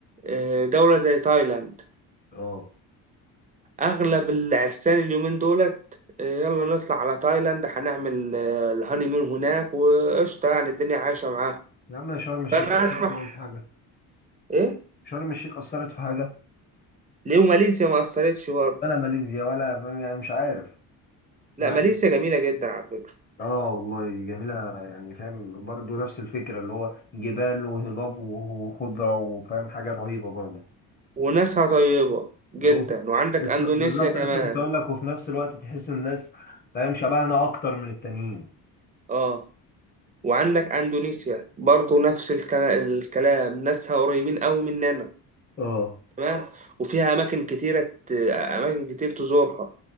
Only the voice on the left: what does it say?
اه
يا عم يا شرم الشيخ
أثرت
معاهم في حاجة
شرم الشيخ أثرت في حاجة
ولا ماليزيا ولا فاهم يعني مش عارف
ما
عليك
اه والله جميلة يعني فاهم برضه نفس الفكرة اللي هو جبال وهضاب وخضرة وفاهم حاجة رهيبة برضه
لو- <laughs>
بس
بالظبط
لسه كنت أقول لك وفي نفس الوقت تحس الناس فاهم شبهنا أكتر من التانيين
اه